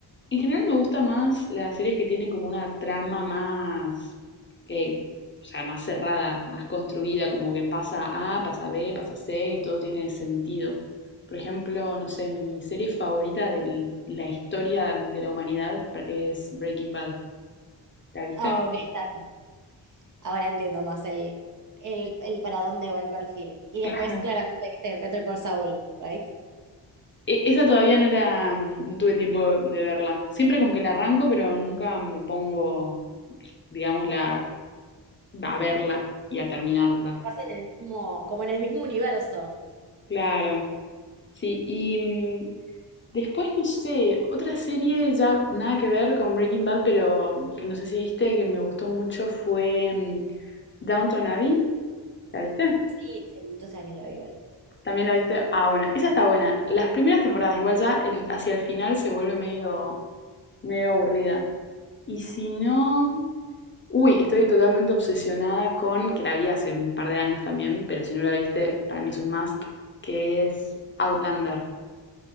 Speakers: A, on the left; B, on the right.
A: en general me gusta más las series que tienen como una trama más, eh, o sea, más cerrada, más construida, como que pasa A, pasa B, pasa C y todo tiene sentido. Por ejemplo, no sé, mi serie favorita de la historia de la humanidad es Breaking Bad. ¿La viste?
B: Ah, ok, está bien. Ahora entiendo más el, el, el para dónde va el perfil. Y
A: Claro.
B: después, claramente, viste Better Call Saul, ¿right?
A: E- Esa todavía no la, no tuve tiempo de verla. Siempre como que la arranco, pero nunca me pongo, digamos, la, a verla y a terminarla.
B: Pasa en el mismo, como en el mismo universo.
A: Claro. Sí, y mm, después no sé, otra serie ya nada que ver con Breaking Bad, pero que no sé si viste, que me gustó mucho fue mm, Downton Abbey. ¿La viste?
B: Sí, hace muchos años la vi igual.
A: ¿También la viste? Ah, bueno, esa está buena. Las primeras temporadas, igual ya el- hacia el final se vuelve medio medio aburrida. Y si no... Uy, estoy totalmente obsesionada con, que la vi hace un par de años también, pero si no la viste, para mí es un must, que es Outlander.